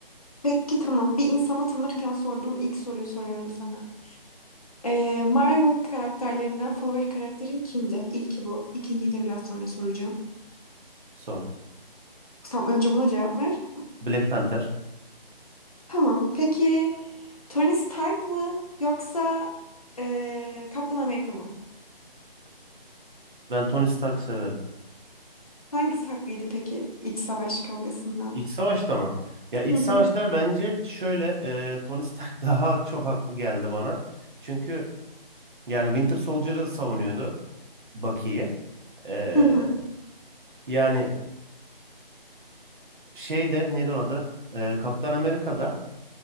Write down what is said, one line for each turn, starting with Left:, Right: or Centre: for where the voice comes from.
Left: Peki tamam. Bir insana tanırken sorduğum ilk soruyu soruyorum sana. Ee, Marvel karakterlerinden favori karakterin kimdi? İlki bu. İkinciyi de biraz sonra soracağım.
Right: Sor.
Left: Tamam önce buna cevap ver.
Right: Black Panther.
Left: Tamam. Peki Tony Stark mı yoksa ee, Kaptan Amerika mı?
Right: Ben Tony Stark severim.
Left: Hangisi haklıydı peki iç savaş kavgasında?
Right: İç Savaş'ta mı? Ya iç
Left: Hı
Right: Savaş'ta
Left: hı.
Right: bence şöyle e, Tony Stark <laughs> daha çok haklı geldi bana. Çünkü yani Winter Soldier'ı savunuyordu Bucky'yi. E,
Left: Hı hı.
Right: yani şeyde neydi onun adı? E, Kaptan Amerika'da